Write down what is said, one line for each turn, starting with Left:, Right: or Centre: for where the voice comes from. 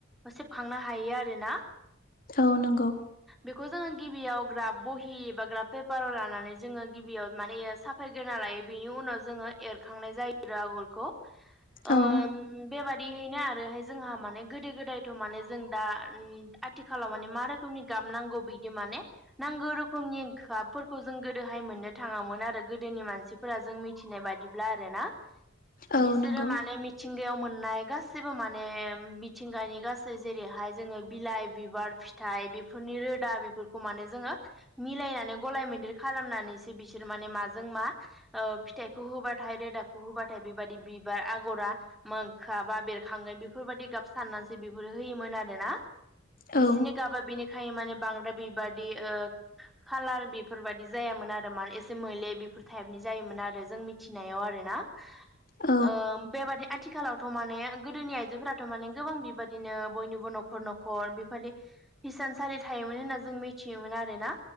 Centre: सेबखांनो हायो आरो। <unintelligible> ना।
Left: औ नंगौ।
Centre: बेखौ जोङो गिबियाव ग्राफ बहि एबा ग्राफ पेपाराव लानानै जोङो गिबियाव माने साफायग्रोना ला बिनि उनाव जोङो एरखांनाय जायो आगरखौ।
Left: औ
Centre: ओम बेबादिहैनो आरोहाय जोंहा माने गोदो गोदायथ' माने जों दा उम, आथिखालाव माने मा रोखोमनि गाब नांगौ बिदि माने नांगौ रोखोमनि गाबफोरखौ जों जों गोदोहाय मोननो थाङामोन आरो गोदोनि मानसिफोरा जों मिथिनाय बादिब्ला आरोना।
Left: औ
Centre: बिसोरो
Left: नंगौ
Centre: माने मिथिंगायाव मोन नाय, गासिबो माने, मिथिंगानि गासै जेरैाय जोङो बिलाइ बिबार फिथाइ बेफोरनि रोदा बेफोरखौ माने जोङो मिलायनानै गलाय <unintelligible> खालामनानै सो बिसोर माने माजों मा ओ फिथाइखौ होबाथाय रोदाखौ होबाथाय बेबादि बिबार आगरा मोखा बा बेरखांगोन बेफोरबायदि गाब साननानैसो बेफोरो होयोमोन आरो। बायना। बिसोरनि
Left: औ
Centre: गाबा बिनिखायनो माने बांद्राय बेबायादि, ओ खालार ओ बेफोरबायाददि जायामोन आरो माने एसे मोले बेफोर टाइपनि जायोमोन आरो। जों मिथिनायाव आरो ना।
Left: औ
Centre: ओ बेबायदि आथिखालावथ' माने गोदोनि आइजोफोराथ' माने गोबां बेबायादिनो बयनिबो न' खर न'खर बेबायदि हिसानसालि थायोमोन होनना जों मिथियोमोन आरो ना।